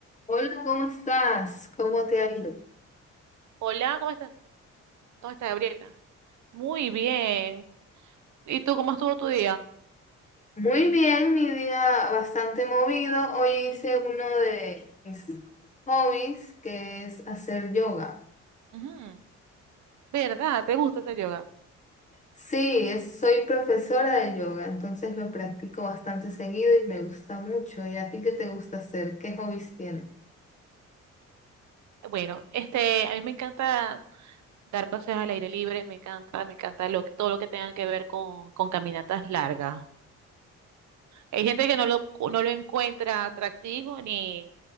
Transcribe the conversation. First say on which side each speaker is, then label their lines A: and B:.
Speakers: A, on the left; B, on the right.
A: Hola, ¿cómo estás? ¿Cómo te ha ido?
B: Hola, ¿cómo estás? ¿Cómo estás, Gabriela? Muy bien. ¿Y tú cómo estuvo tu día?
A: Muy bien, mi día bastante movido. Hoy hice uno de mis hobbies, que es hacer yoga.
B: Ujú. ¿Verdad? ¿Te gusta hacer yoga?
A: Sí, es- soy profesora de yoga, entonces lo practico bastante seguido y me gusta mucho. ¿Y a ti qué te gusta hacer? ¿Qué hobbies tienes?
B: Bueno, este, a mí me encanta dar paseos al aire libre, me encanta, me encanta lo, todo lo que tenga que ver con, con caminatas largas. Hay gente que no lo, no lo encuentra atractivo ni,